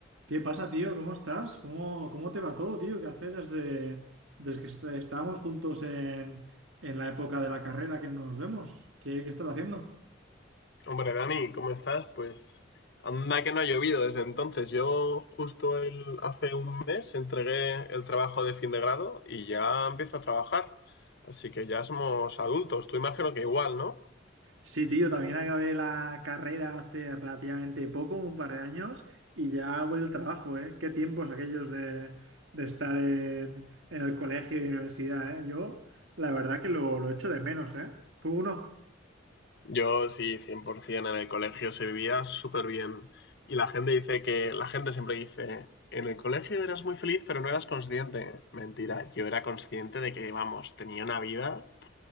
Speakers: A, on the right; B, on the left.
A: ¿Qué pasa, tío? ¿Cómo estás? ¿Cómo, cómo te va todo, tío? ¿Qué hace desde, desde que est- estábamos juntos en, en la época de la carrera que nos vemos? ¿Qué, qué estás haciendo?
B: Hombre, Dani, ¿cómo estás? Pues anda que no ha llovido desde entonces. Yo justo el- hace un mes entregué el trabajo de fin de grado y ya empiezo a trabajar. Así que ya somos adultos. Tú imagino que igual, ¿no?
A: Sí, tío, también acabé la carrera hace relativamente poco, un par de años, y ya voy al trabajo, ¿eh? Qué tiempos aquellos de, de estar en, en el colegio y universidad, ¿eh? Yo, la verdad que lo, lo echo de menos, ¿eh? ¿Tú no?
B: Yo sí, 100% en el colegio se vivía súper bien. Y la gente dice que, la gente siempre dice, en el colegio eras muy feliz, pero no eras consciente. Mentira, yo era consciente de que, vamos, tenía una vida